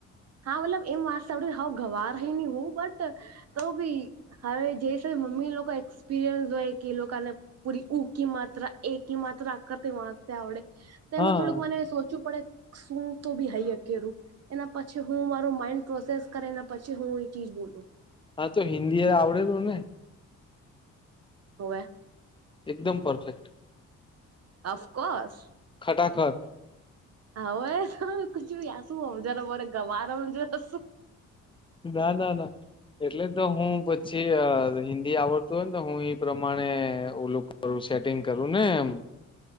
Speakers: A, on the right (about 55°); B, on the left (about 15°).
A: હા મતલબ એમ વાત સા હ ગવાર રહી ની હું બટ તો ભી હવે જે મમ્મી લોકો એક્સપિરિયન્સ હોય કે એ લોકોને પૂરી ઉકી માત્રા એકીમાત્રા આખતે વાંચતા આવડે તેમાં
B: હા
A: થોડુંક મને સોચવું પડે શું તો બી હાઈ અકેરું એના પછી હું મારો માઇન્ડ પ્રોસેસ કરેને પછી હું એ ચીજ બોલું
B: હા તો હિન્દી એ આવડે તો ને
A: હો વે
B: એકદમ પરફેક્ટ
A: અફકોર્સ
B: ખટાખટ
A: હવે કુંજુ યાસુ <unintelligible> ગવાર <unintelligible>
B: ના ના ના એટલે તો હું પછી હિન્દી આવડતું હોય ને તો હું ઈ પ્રમાણે ઓલું ક કરું સેટિંગ કરુ ને એમ